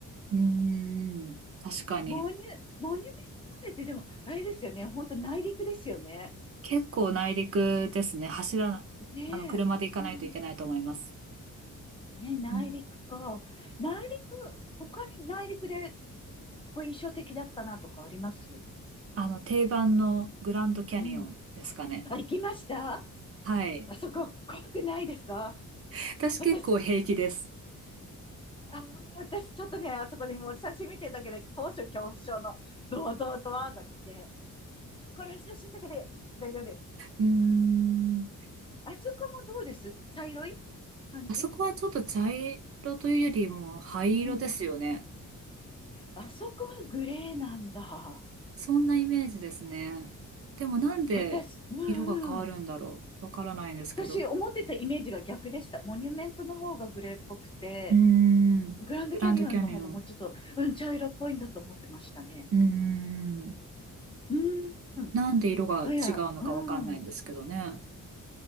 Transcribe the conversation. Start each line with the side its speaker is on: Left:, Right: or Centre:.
Right: うーん、確かに。
Left: モニュ、モニュメント遺跡ってでも、あれですよね。本当内陸ですよね。
Right: 結構内陸ですね。走らな、
Left: ねえ。
Right: あの、車で行かないといけないと思います。
Left: うん。ね、内陸か。
Right: うん
Left: 内陸、他に内陸でこう印象的だったなとかあります
Right: あの、定番のグランドキャニオンですかね。
Left: うん。あ、行きました
Right: はい。
Left: あそこ、怖くないですか
Right: <laughs> 私結構平気です。
Left: 私、あー、私ちょっとね、あそこにもう写真見てるだけで高所恐怖症のドワドワドワが来て、これ写真だけで大丈夫です。
Right: うーん、
Left: あそこもどうです茶色い感じ
Right: あそこはちょっと茶色というよりも灰色ですよね。
Left: うんうんあそこはグレーなんだ。
Right: そんなイメージですね。でもなんで色が変わるんだろう。
Left: 私、うんうん。
Right: わからないんですけど。
Left: 私、思ってたイメージが逆でした。モニュメントの方がグレーっぽくて、
Right: うーん。
Left: グランドキャニオンの方がもうちょっと、
Right: グランドキャニオン。
Left: うん、茶色っぽいんだと思ってましたね。
Right: うーん。
Left: うん。うん
Right: なんで色が違うのかわかんないんですけどね。
Left: あ、いや、うん。